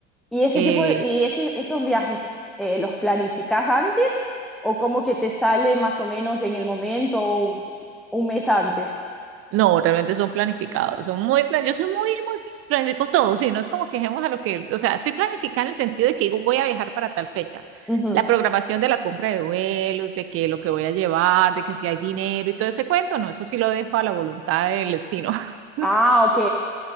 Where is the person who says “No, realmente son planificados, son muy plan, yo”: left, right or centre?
Right